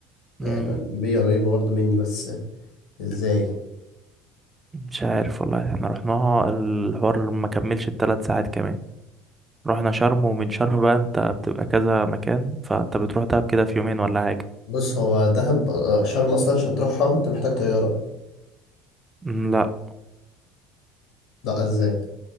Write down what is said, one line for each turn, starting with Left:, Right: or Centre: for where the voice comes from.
Left: يعني
Right: مم.
Left: القليوبية قريبة برضو مني بس إزاي
Right: مش عارف والله احنا رحناها الحوار ما كملش التلات ساعات كمان رحنا شرم ومن شرم بقى انت بتبقى كذا مكان فانت بتروح دهب كده في يومين ولا حاجة
Left: بص هو دهب آه، شرم أصلا عشان تروحها أنت محتاج طيارة
Right: مم، لا
Left: لا إزاي